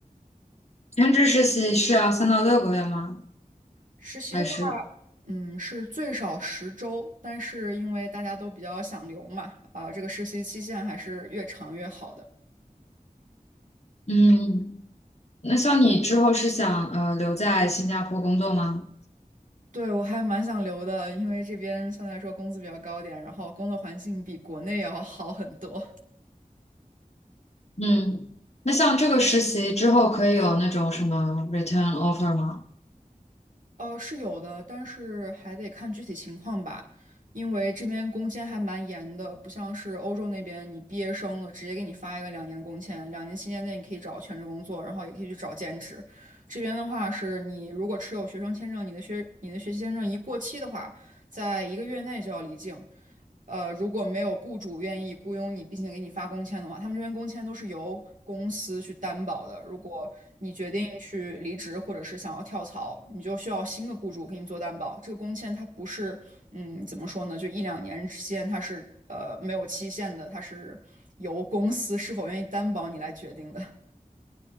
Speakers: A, on the left; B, on the right.
A: 全职实习是要三到六个月吗？
B: 实习的话，
A: 还是
B: 嗯，是最少十周，但是因为大家都比较想留嘛，啊、这个实习期限还是越长越好的。
A: 嗯，那像你之后是想呃留在新加坡工作吗？
B: 对，我还蛮想留的，因为这边相对来说工资比较高点，然后工作环境比国内要好很多。
A: 嗯，那像这个实习之后可以有那种什么 return offer 吗？
B: 呃，是有的，但是还得看具体情况吧，因为这边工签还蛮严的，不像是欧洲那边，你毕业生了直接给你发一个两年的工签，两年期间内你可以找全职工作，然后也可以去找兼职。这边的话是你如果持有学生签证，你的学你的学习签证一过期的话，在一个月内就要离境。呃，如果没有雇主愿意雇佣你，并且给你发工签的话，他们这边工签都是由公司去担保的。如果你决定去离职或者是想要跳槽，你就需要新的雇主给你做担保。这个工签它不是，嗯，怎么说呢？就一两年之间，它是呃没有期限的，它是由公司是否愿意担保你来决定的。